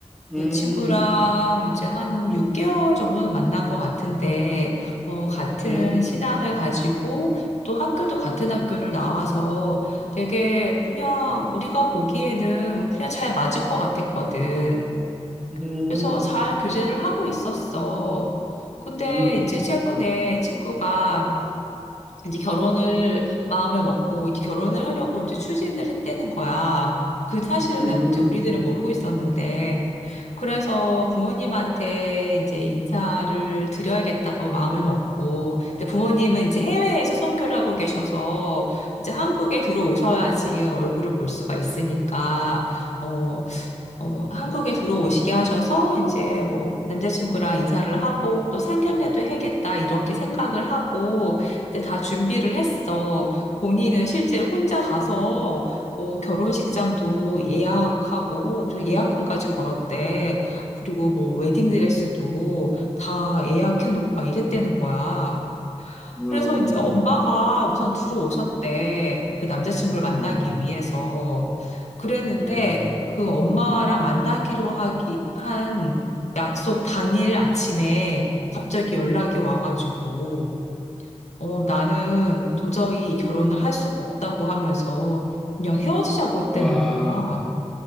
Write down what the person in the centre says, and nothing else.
음,
음, 음,
음,
음,
음,
음,
음,
음,
음.
와,